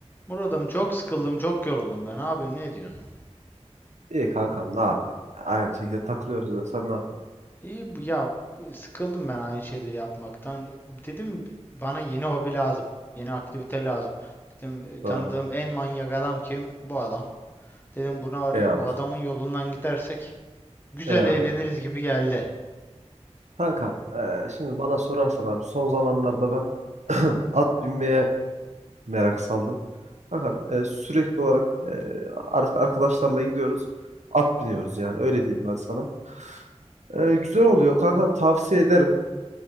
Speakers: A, on the left; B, on the right.
A: Muradım çok sıkıldım, çok yoruldum ben. Abi ne diyorsun?
B: İyi kankam ne yapayım? Aynı şekilde takılıyoruz da sen ne yapıyorsun?
A: İyi bu ya sıkıldım ben aynı şeyleri yapmaktan. Dedim "Bi- bana yeni hobi lazım. Yeni aktivite lazım. Dedim "E, tanıdığım
B: Doğru.
A: en manyak adam kim? Bu adam. Dedim bunu arayayım.
B: Eyvallah.
A: Bu adamın yolundan gidersek güzel
B: Eyvallah
A: eğleniriz
B: eyvallah.
A: gibi geldi.
B: Kankam eee, şimdi bana sorarsan abi son zamanlarda ben <clears throat> at binmeye merak saldım. Kankam eee, sürekli olarak eee, ar- arkadaşlarla gidiyoruz. At biniyoruz yani öyle diyeyim ben sana. Eee, güzel oluyor kankam tavsiye ederim.